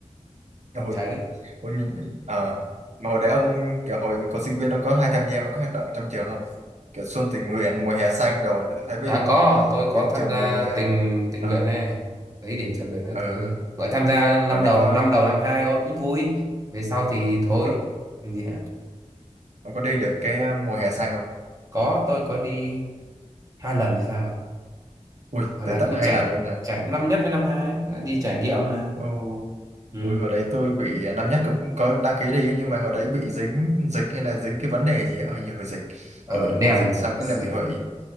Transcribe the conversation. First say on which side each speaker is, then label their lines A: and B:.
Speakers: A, on the right; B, on the right.
A: Ôi,
B: chả biết
A: Ôi, mình, à, mà hồi đấy ông kiểu hồi có sinh viên ông có hay tham gia mấy cái hoạt động trong trường không? Kiểu xuân tình nguyện, mùa hè xanh đồ để tôi thấy bên
B: À có, tôi
A: bên
B: có tham
A: trường
B: gia
A: mình là
B: tình tình
A: à,
B: nguyện này, lấy điểm rèn luyện các
A: ở
B: thứ. Mới tham gia năm
A: hồi đấy
B: đầu,
A: có,
B: năm đầu năm hai thôi cũng vui. Về sau thì thôi,
A: có
B: làm gì nữa.
A: ông có đi được cái ờ, mùa hè xanh không?
B: Có, tôi có đi hai lần thì sao? ấy.
A: Ui,
B: Gọi
A: tới
B: là
A: tận
B: cũng
A: hai
B: chạy,
A: lần luôn hả?
B: chạy năm nhất với năm hai, ấy, đi trải nghiệm mà.
A: Ồ,
B: Ừ.
A: Ui, hồi đấy tôi bị ờ, năm nhất cũng có đăng ký đi nhưng mà hồi đấy bị dính dịch hay là dính cái vấn đề gì á, hình như hồi dịch.
B: Ở
A: Ừ đúng
B: đèn
A: rồi dịch xong
B: dịch
A: cái là bị hủy.